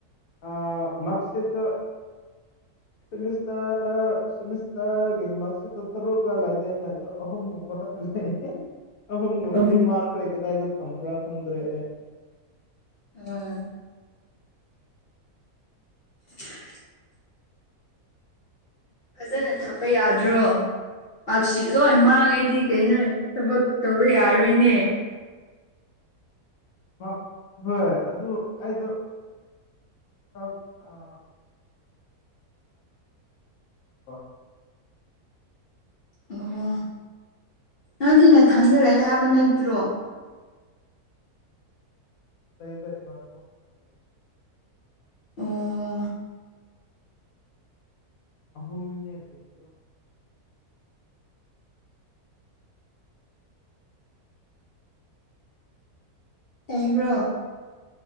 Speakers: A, on the left (about 70°); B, on the left (about 55°).
A: ꯑꯥ ꯃꯥꯛꯁꯤꯠꯇꯣ ꯁꯦꯝꯃꯤꯁꯇꯔ ꯁꯦꯝꯃꯤꯁꯇꯔꯒꯤ ꯃꯥꯛꯁꯤꯠꯇꯣ ꯇꯔꯨꯛꯔ ꯂꯩꯗꯥꯢꯅꯦ ꯑꯗꯨ ꯑꯍꯨꯝ ꯒꯨꯝꯕ ꯈꯥꯇ ꯂꯩ ꯑꯍꯨꯝꯒꯨꯝꯕꯗꯤ
B: ꯎꯝ
A: ꯃꯥꯡꯈ꯭ꯔꯦ ꯀꯗꯥꯏꯗ ꯊꯝꯕ꯭ꯔꯥ ꯈꯪꯗ꯭ꯔꯦ ꯑꯦ
B: ꯑꯥ <inaudible> ꯐꯖꯅ ꯊꯝꯕ ꯌꯥꯗ꯭ꯔꯣ ꯃꯥꯔꯛꯁꯤꯠ ꯂꯣꯏ ꯃꯥꯡꯉꯗꯤ ꯀꯩꯅꯣ ꯊꯕꯛ ꯇꯧꯕ ꯌꯥꯔꯣꯏꯅꯦ
A: ꯃꯥ ꯍꯣꯏ ꯑꯗꯨ ꯑꯩꯗꯣ ꯑꯥ <unintelligible>
B: ꯑꯣ ꯅꯪꯗꯤ ꯅꯊꯟꯗ ꯂꯩꯌꯦ ꯍꯥꯏꯕ ꯅꯠꯇ꯭ꯔꯣ
A: ꯂꯩꯗ ꯢꯃꯥꯟꯅꯕ ꯈꯣꯢꯁꯨ ꯂꯩ
B: ꯑꯣ
A: ꯑꯍꯨꯝꯅꯦ ꯂꯩꯕꯗꯣ
B: ꯎꯕ꯭ꯔꯣ